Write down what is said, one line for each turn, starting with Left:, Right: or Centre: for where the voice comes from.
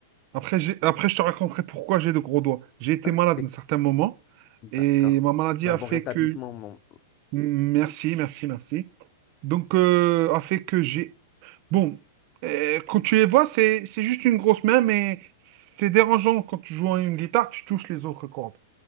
Right: après, j'ai- après je te raconterai pourquoi j'ai de gros doigts. J'ai été
Left: Ok,
Right: malade à un certain moment
Left: d'accord.
Right: et ma maladie
Left: Bah,
Right: a
Left: bon
Right: fait
Left: rétablissement,
Right: que...
Left: mon-
Right: Merci, merci, merci. Donc, euh, a fait que j'ai... Bon, euh, quand tu les vois, c'est c'est juste une grosse main, mais c'est dérangeant quand tu joues à une guitare, tu touches les autres cordes.